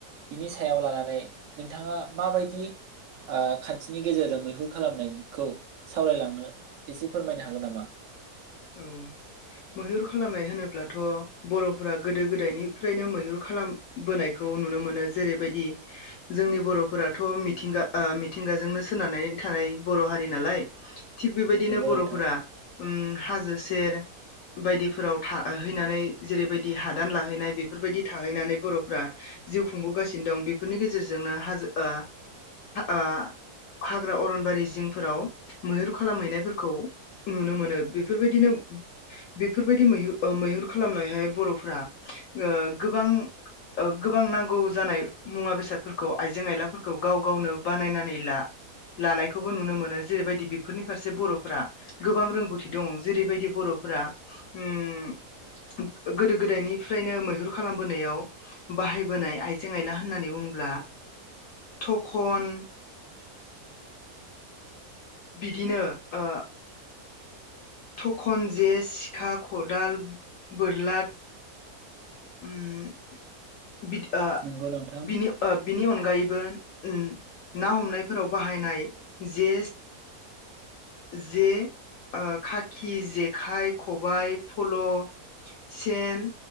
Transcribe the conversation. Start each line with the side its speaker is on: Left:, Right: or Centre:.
Right: बिनि सायाव लानानै नोंथाङा माबायदि ओ खा न्थिनि गेजेरजों मैहुर खालामनायखौ सावरायलांनो एसे फोरमायनो हागोन नामा?
Left: औ मैहुर खालामनाय होनोब्लाथ' बर'फोरा गोदो गोदायनिफ्रायनो मैहुर खालामबोनायखौ नुनो मोनो जेरैबायदि जोंनि बर'फोराथ' मिथिंगा मिथिंगाजोंनो सोनारानै थानाय बर' हारि नालाय थिग बेबायदिनो
Right: नंगौ
Left: बर'फोरा
Right: नोंथां
Left: ओम हाजो सेर बायदिफोराव थाहैनानै जेरैबायदि हादान लाहैनाय बेफोरबायदि थाहैनानै बर'फ्रा जिउ खुंबोगासिनो दं बेफोरनि गेजेरजोंनो हाजो ओ ओ हाग्रा अरनबारि जिंफोराव मैहुर खालामहैनायफोरखौ नुनो मोनो। बे फोरबायदिनो बेफोरबायदि मैहुर खालामनायहाय बर'फोरा ओ गोबां ओ गोबां नांगौ जानाय मुवा बेसादफोरखौ आइजें आयलाफोरखौ गाव गावनो बानायनानै ला लानायखौबो नुनो मोनो जेरैबायदि बेफोरनि फारसे बर'फोरा गोबां रोंगौथि दङ जेरैबायदि बर'फोरा ओ गोदो गोदायनिफ्रायनो मैहुर खालामबोनायाव बाहायबोनाय आइजें आइला होननानै बुङोब्ला थखन बिदिनो ओ थखन जे सिखा खदाल बोरला ओम बिद ओ
Right: नंगौ नोंथां
Left: बिनि ओ बिनि अन गायैबो ओ ना हमनायफोराव बाहायनाय जे जे ओ खाखि जेखाइ खबाइ फल' सेन